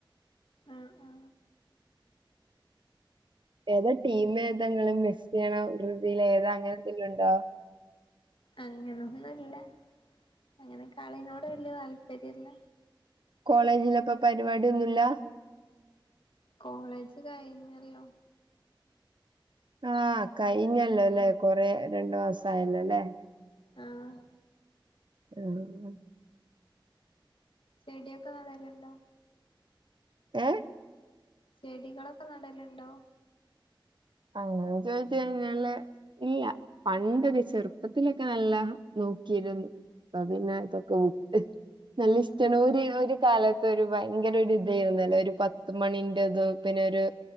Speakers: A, on the left (about 75°); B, on the right (about 65°).
A: ആഹ് ആ
B: ഏതാ ടീം ഏതെങ്കിലും മെസ്സി യാണോ ബ്രസീൽ ൽ ഏതാ അങ്ങനെന്തങ്കിലും ഉണ്ടോ
A: അങ്ങനൊന്നുംല്ല അങ്ങനെ കളീനോട് വല്യ താല്പര്യല്ല.
B: കോളേജിലൊക്കെ പരിപാടിയൊന്നുല്ല.
A: കോളേജ് കഴിഞ്ഞല്ലോ
B: ആഹ് കഴിഞ്ഞല്ലോല്ലേ കൊറെ രണ്ടു മാസം ആയല്ലോല്ലേ
A: ആഹ്
B: ആഹ്
A: ചെടിയൊക്കെ നടലുണ്ടോ
B: ഏ
A: ചെടികളൊക്കെ നടലുണ്ടോ
B: അങ്ങനെ ചോദിച്ച് കഴിഞ്ഞാല് ഇല്ല പണ്ട് ഒരു ചെറുപ്പത്തിലൊക്കെ നല്ല നോക്കി ഇരുന്നു ഇപ്പപ്പിന്നെ ഇതൊക്കെ വിട്ട് നല്ല ഇഷ്ടാണ് ഒരു ഒരു കാലത്ത് ഒരു ഭയങ്കര ഒരു ഇതായിന്നു അല്ലെ ഒരു പത്ത് മണിന്റെത് പിന്നെ ഒരു